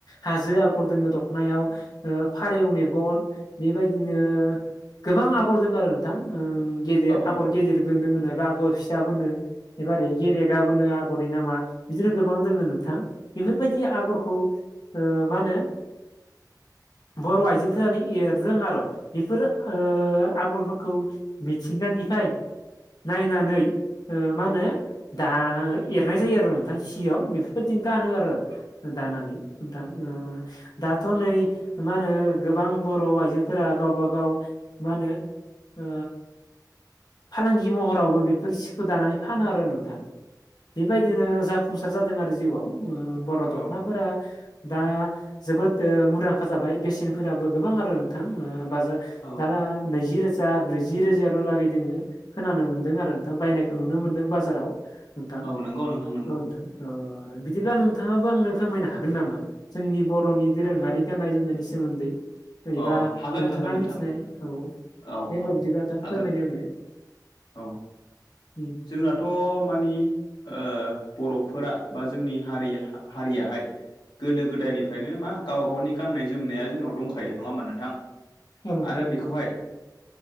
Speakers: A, on the left (about 65°); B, on the left (about 85°).
A: हाजो आगर दोङो दखनायाव फारौ मेगन बेबायदिनो गोबां आगर दोङो आरो नोंथां गेदेर
B: औ
A: आगर गेदेर फोर दोङोनो राग' फिसा बोनो एबा रेगि रेगा बोनो आगरनि नामा बिदिनो गोबां दोङो नों थां बेफोरबायदि आगरखौ ओ मा होनो बर' आइजोफोरानो एरदों आर' बेफोरो ओ आगरफोरखौ मिथिंगानिफाय नायनानै ओ मा होनो दा एरनाय जायो आरो नोंथां सियाव बे दि गानो आरो दानानै थां ओ दाथ' नै मा होनो गोबां बर' आइजोफोरा गावबा गाव मा होनो ओ फालांगि महरावबो बेफोर सिखौ दानानै फानो आरो नोंथां। बेबायदिनो जाफुंसार जादों आरो जिउआव बर' ओ
B: औ
A: दख'नाफोरा दा जोबोद ओ मुदांखा जाबाय बेसेनफोराबो गोबां आरो नोंथां ओ बाजार
B: औ
A: दाना नैजि रोज जा ब्रैजि रोजायाल' लागै दोङो खोनानो मोनदों आरो नोंथां बायनायखौ नुनो मोनदों बाजाराव। नोंथां औ
B: नंगौ नोंथां नंगौ
A: नोंथां अ बिदिब्ला नोंथाङाबो आंनो फोरमायनो हागोन नामा जोंनि बर'नि दोरोङारि गाननाय जोमनायनि सोमोन्दै
B: अ
A: बा
B: हागोन
A: नोंथाङा
B: हागोन नोंथां
A: मिथिनाय औ दे
B: औ
A: होनबा
B: औ
A: बिदिबा नोंथां
B: हागोन
A: फोरमायनाय आंनो।
B: औ
A: उम
B: जोंनाथ' मानि ओ बर'फोरा बा जोंनि हारि हारियाहाय गोदो गोदायनिफ्रायनो मा गाव गावनि गाननाय जोमनाया जोंनाव दंखा खायो नङा होमबा नोंथां
A: आंनो
B: आरो
A: उम
B: बेखौहाय